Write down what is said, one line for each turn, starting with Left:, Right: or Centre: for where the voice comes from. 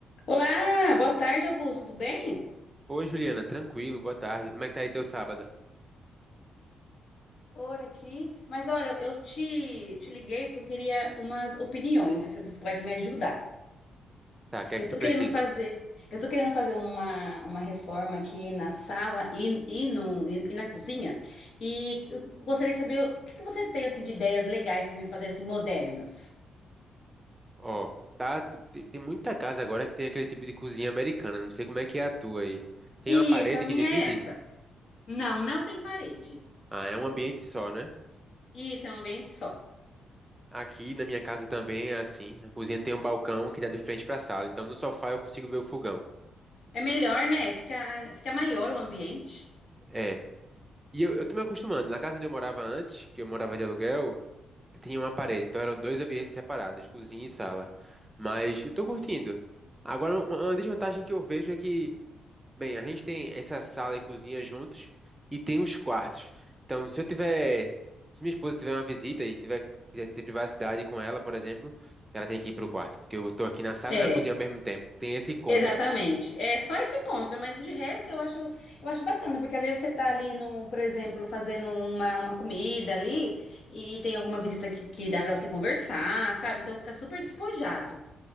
Left: Olá, boa tarde, Augusto, tudo bem?
Right: Oi, Juliana, tranquilo, boa tarde. Como é que tá aí teu sábado?
Left: Por aqui. Mas olha, eu te, te liguei porque eu queria umas opiniões, se você pode me ajudar.
Right: Tá, o que é
Left: Eu
Right: que tu
Left: tô
Right: precisa?
Left: querendo fazer, eu tô querendo fazer uma, uma reforma aqui na sala e, e, no, e, e na cozinha. E eu gostaria de saber o que que você tem assim, de ideias legais para me fazer assim, modernas.
Right: Ó, tá, te- te- tem muita casa agora que tem aquele tipo de cozinha americana, não sei como é que é a tua aí. Tem
Left: Isso,
Right: uma parede
Left: a minha
Right: que divide?
Left: é essa. Não, não tem parede.
Right: Ah, é um ambiente só, né?
Left: Isso, é um ambiente só.
Right: Aqui na minha casa também é assim. A cozinha tem um balcão que dá de frente pra sala, então no sofá eu consigo ver o fogão.
Left: É melhor, né? Fica, fica maior o ambiente.
Right: É. E eu, eu tô me acostumando. Na casa onde eu morava antes, que eu morava de aluguel, tinha uma parede, então eram dois ambientes separados, cozinha e sala. Mas eu tô curtindo. Agora, uma uma desvantagem que eu vejo é que Bem, a gente tem essa sala e cozinha juntos e tem os quartos. Então, se eu tiver, se minha esposa tiver uma visita e tiver quiser ter privacidade com ela, por exemplo, ela tem que ir pro quarto, porque eu estou aqui na sala
Left: É.
Right: e na cozinha ao mesmo tempo. Tem esse contra.
Left: Exatamente. É só esse contra, mas de resto eu acho, eu acho bacana, porque às vezes você tá ali no, por exemplo, fazendo uma, uma comida ali e tem alguma visita que, que dá pra você conversar, sabe? Então fica super despojado.